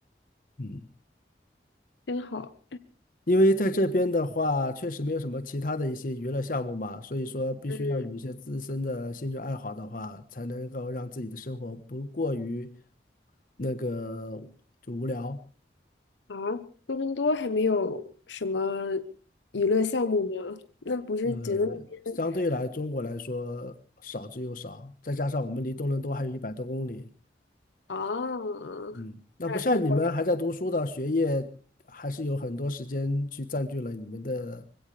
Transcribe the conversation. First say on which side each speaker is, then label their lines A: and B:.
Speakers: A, on the left; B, on the left.
A: 嗯。
B: <laughs> 真好。
A: 因为在这边的话，确实没有什么其他的一些娱乐项目嘛，所以说必须要有一些自身的兴趣爱好的话，
B: 嗯。
A: 才能够让自己的生活不过于那个就无聊。
B: 啊，多伦多还没有什么娱乐项目吗？那不是觉得那边
A: 呃，相对来中国来说少之又少，再加上我们离多伦多还有一百多公里，
B: 啊，
A: 嗯，那不像你们还在读书的，
B: 那那倒是，
A: 学业还是有很多时间去占据了你们的